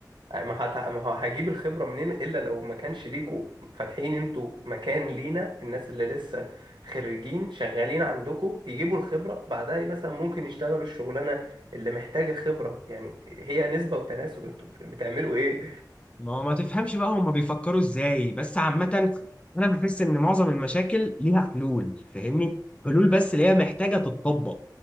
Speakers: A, on the right (about 90°); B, on the left (about 15°).
A: ما هت- ما هو هجيب الخبرة منين إلا لو ما كانش ليكوا فاتحين انتوا مكان لينا الناس اللي لسه خريجين شغالين عندكوا يجيبوا الخبرة بعدها مثلا ممكن يشتغلوا الشغلانة اللي محتاجة خبرة يعني هي نسبة وتناسب انتوا بت- بتعملوا ايه
B: ما هو ما تفهمش بقى هما بيفكروا ازاي بس عامة انا بحس ان معظم المشاكل ليها حلول فاهمني حلول بس اللي هي محتاجة تتطبق